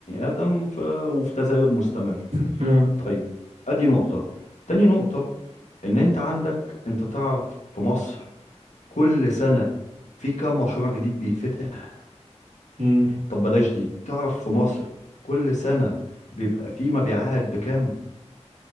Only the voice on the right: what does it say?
<laughs> اه
مم.